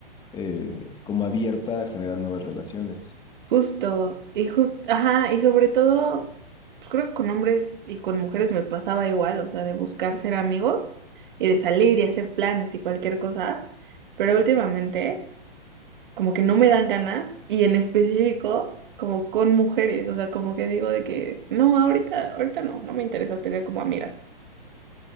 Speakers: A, on the left (about 15°); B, on the right (about 55°).
A: eh, como abierta a generar nuevas relaciones.
B: Justo, y justo, ajá, y sobre todo, pues creo que con hombres y con mujeres me pasaba igual, o sea, de buscar ser amigos y de salir y hacer planes y cualquier cosa. Pero últimamente... como que no me dan ganas y en específico como con mujeres, o sea, como que digo de que no, ahorita, ahorita no, no me interesa tener como amigas.